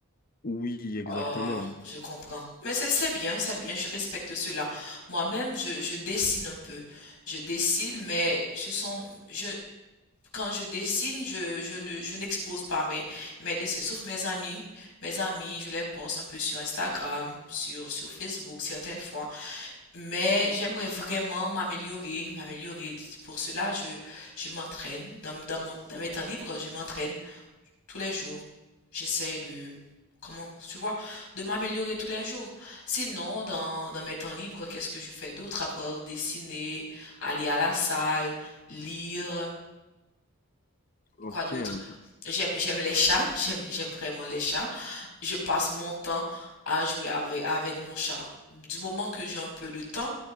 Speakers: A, on the left (about 40°); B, on the left (about 85°).
A: oui, exactement.
B: Oh, je comprends. Mais c'est c'est bien, c'est bien, je respecte cela. Moi-même, je, je dessine un peu. Je dessine, mais ce sont, je, quand je dessine, je, je ne, je n'expose pas mes, mes dessins, sauf mes amis. Mes amis, je les poste un peu sur Instagram, sur, sur Facebook, certaines fois. Mais j'aimerais vraiment m'améliorer, m'améliorer. Pour cela, je, je m'entraîne. Dans, dans mon, dans mes temps libres, je m'entraîne tous les jours. J'essaye de, comment, tu vois, de m'améliorer tous les jours. Sinon, dans, dans mes temps libres, qu'est-ce que je fais d'autre à part dessiner, aller à la salle, lire,
A: Ok,
B: quoi d'autre?
A: un peu.
B: J'aime, j'aime les chats, j'aime, j'aime vraiment les chats. Je passe mon temps à jouer avec, avec mon chat. Du moment que j'ai un peu de temps,